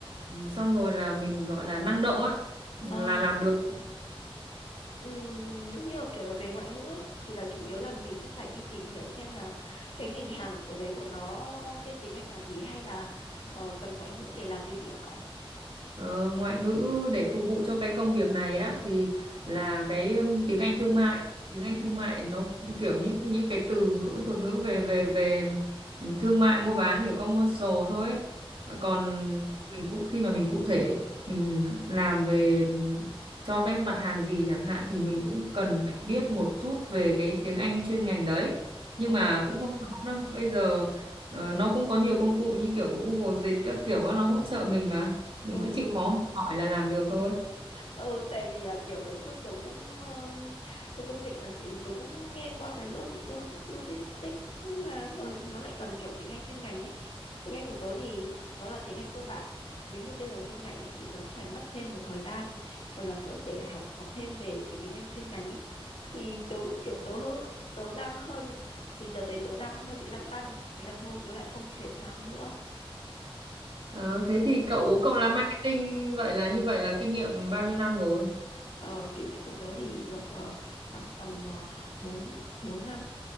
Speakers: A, on the right; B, on the left.
A: Ừ, xong rồi là mình gọi là năng động á là
B: Ồ.
A: làm được
B: Ừm, nếu như là kiểu là về ngoại ngữ ấy, thì là chủ yếu là mình sẽ phải đi tìm hiểu xem là cái ngành hàng của đấy của nó tên tiếng Anh là gì hay là ờ, cần ngoại ngữ để làm cái gì hả cậu?
A: ờ, ngoại ngữ để phục vụ cho cái công việc này á thì là cái um, tiếng Anh thương mại tiếng Anh thương mại nó cũng kiểu những những cái từ ngữ thuật ngữ về về về um, thương mại mua bán kiểu commercial thôi ấy. Ờ,
B: Ồ,
A: còn mình cụ khi mà mình cụ thể mình làm về um, cho cái mặt hàng gì chẳng hạn thì mình
B: Ừ,
A: cũng cần phải biết một chút về cái tiếng Anh chuyên ngành đấy nhưng
B: ờ,
A: mà cũng không khó đâu bây giờ ờ, nó cũng có nhiều công cụ như kiểu Google Dịch các kiểu á, nó hỗ trợ mình mà mình
B: ừ.
A: cứ chịu khó học hỏi là làm được thôi
B: ừ tại vì là kiểu là trước tôi cũng um, tôi cũng định là chuyện tôi cũng nghe qua về lo, lo, logistics nhưng mà nó nó lại cần kiểu tiếng Anh chuyên ngành ấy tiếng Anh của tớ thì nó là tiếng Anh cơ bản nếu như bây giờ chuyên ngành ấy thì tớ sẽ phải mất thêm một thời gian kiểu là kiểu để học học thêm về cái tiếng Anh chuyên ngành ấy thì tớ cũng kiểu tớ hơ- tớ đang hơi bị thì đợt đấy tớ đang hơi bị lăn tăn thế là thôi tớ lại không chuyển sang nữa
A: Ờ, thế thì cậu
B: ừ.
A: cậu làm marketing vậy là như vậy là kinh nghiệm bao nhiêu năm rồi
B: ờ, kinh nghiệm của tớ thì được ờ, khoảng tầm uh, 4 4 năm